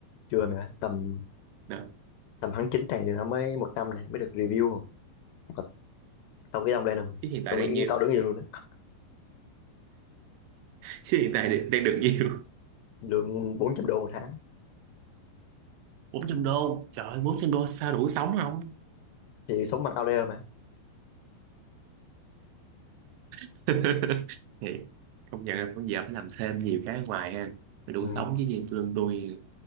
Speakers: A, on the left (about 75°); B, on the right (about 90°).
A: chưa mà tầm
B: Đó.
A: tầm tháng 9 này nó mới một năm này mới được review mà tao nghĩ đông lên rồi mày
B: Chứ hiện tại
A: tao
B: đang
A: nghĩ
B: nhiêu
A: tao đứng gì luôn á.
B: chứ hiện tại đang được nhiều
A: lương 400 đô một tháng
B: bốn trăm đô trời ơi 400 đô sao đủ sống không
A: thì sống bằng outlier mà
B: <laughs> thì công nhận là bây giờ phải làm thêm nhiều cái ở ngoài ha mới đủ
A: ừ.
B: sống chứ gì lương tôi